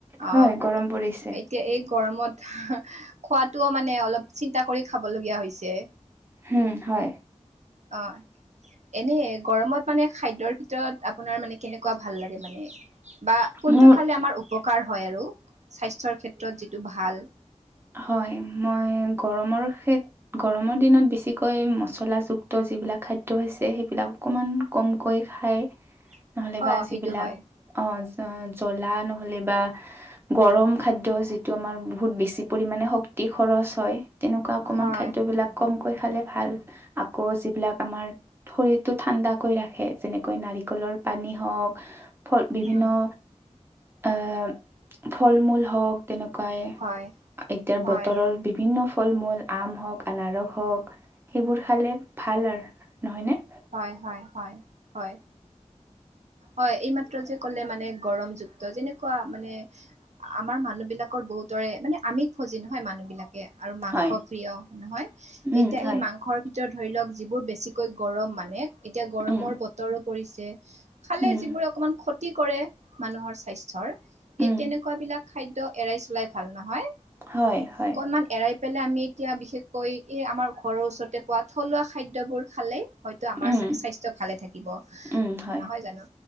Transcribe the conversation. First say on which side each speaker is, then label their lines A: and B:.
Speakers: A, on the right (about 70°); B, on the right (about 20°).
A: অঁ!
B: হয় গৰম
A: <unintelligible>
B: পৰিছে
A: এতিয়া এই গৰমত <unintelligible> খোৱাটোও মানে অলপ চিন্তা কৰি খাব লগীয়া হৈছে।
B: হুম, হয়।
A: অ‍ঁ। এনেই গৰমত মানে খাদ্যৰ ভিতৰত আপোনাৰ মানে কেনেকুৱা ভাল লাগে মানে? বা কোনটো
B: মোৰ
A: খালে আমাৰ উপকাৰ হয় আৰু স্বাস্থ্যৰ ক্ষেত্ৰত যিটো ভাল?
B: হয়। মই গৰমৰ ক্ষেত গৰমৰ দিনত বেছিকৈ মচলাযুক্ত যিবিলাক খাদ্য হৈছে সেইবিলাক অকমান কমকৈ খায়
A: <unintelligible>
B: নহ'লে বা যিবিলাক
A: সেইটো হয়,
B: অঁ জ্বলা নহ'লে বা গৰম খাদ্য যিটো আমাৰ বহুত বেছি পৰিমাণে শক শক্তি খৰচ হয়। তেনেকুৱা অকমান
A: হয়,
B: খাদ্যবিলাক কমকৈ খালে ভাল আকৌ যিবিলাক আমাৰ শৰীৰটো ঠাণ্ডা কৰি ৰাখে, যেনেকৈ নাৰিকলৰ পানী হওক ফল বিভিন্ন
A: উম,
B: আহ ফল-মূল হওক তেনেকুৱাই
A: হয়।
B: এতিয়া
A: হয়,
B: বতৰৰ বিভিন্ন ফল-মূল আম হওক, আনাৰস হওক সেইবোৰ খালে ভাল আৰু নহয় নে?
A: হয়-হয়-হয়-হয়। হয়। এইমাত্ৰ যে ক'লে মানে গৰমযুক্ত যেনেকুৱা মানে আমাৰ মানুহ বিলাকৰ বহুতৰে মানে আমিষ ফজি নহয় মানুহ বিলাকে আৰু মাংস
B: হয় হয়
A: প্ৰিয় নহয়।
B: উম,
A: এতিয়া
B: হয়
A: এই মাংসৰ ভিতৰত ধৰি লওক যিবোৰ বেছিকৈ গৰম মানে। এতিয়া গৰমৰ
B: উম,
A: বতৰো পৰিছে। খালে
B: উম,
A: যিবোৰে অকমান ক্ষতি কৰে মানুহৰ স্বাস্থ্যৰ
B: উম,
A: এই তেনেকুৱা বিলাক খাদ্য এৰাই চলাই ভাল নহয়।
B: হয় হয়
A: অকমান এৰাই পেলাই আমি এতিয়া বিশেষকৈ এই আমাৰ ঘৰৰ ওচৰতে পোৱা থলুৱা খাদ্যবোৰ খালে হয়তো আমাৰ
B: উম,
A: চাগে স্বাস্থ্য ভালে থাকিব
B: উম, হয়
A: নহয় জানো।